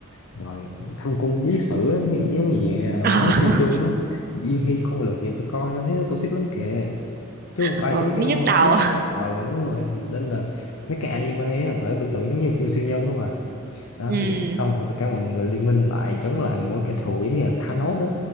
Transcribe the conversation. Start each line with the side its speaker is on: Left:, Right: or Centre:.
Left: rồi thâm cung bí sử á, giống như ờ,
Right: <laughs>
Left: mấy phim Trung á Diên Hy Công Lược thì tôi coi thấy nó toxic lắm kìa chứ không
Right: Ờ,
Left: phải giống
Right: ừ,
Left: như
Right: nhức đầu
Left: giống như ờ đúng rồi nên là mấy cái anime á phải tưởng tượng giống như phim siêu nhân đó mà đó
Right: ừ
Left: thì xong rồi tất cả mọi người liên minh lại chống lại một cái kẻ thù giống như là Thanos đó